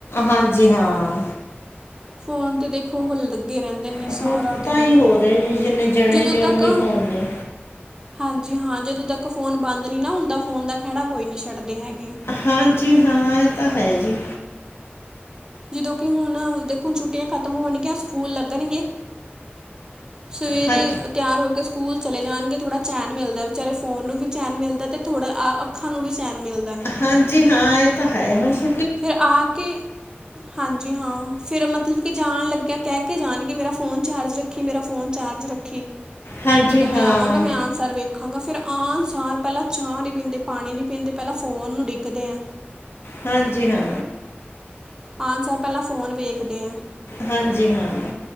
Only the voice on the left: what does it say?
ਹਾਂਜੀ ਹਾਂ।
ਹੁਣ
ਤਾਂ
ਹੀ ਹੋ ਰਿਹਾ ਜੀ ਜਿੰਨੇ ਜਣੇ
ਨੇ
ਉਨੇ ਫੋਨ ਨੇ
ਹਾਂਜੀ ਹਾਂ, ਐ ਤਾਂ ਹੈ ਜੀ।
ਹਾਂ
ਹਾਂਜੀ ਹਾਂ, ਐ ਤਾਂ ਹੈ ਹੁਣ ਸ
ਹਾਂਜੀ
ਹਾਂ
ਹਾਂਜੀ ਹਾਂ।
ਹਾਂਜੀ ਹਾਂ।